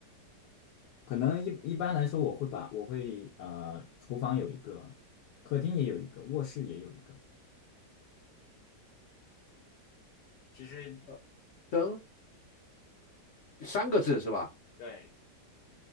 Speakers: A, on the left (about 80°); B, on the left (about 55°).
A: 可能一一般来说，我会把我会呃，厨房有一个，客厅也有一个，卧室也有一个。其实，
B: 呃，灯三个字是吧？
A: 对，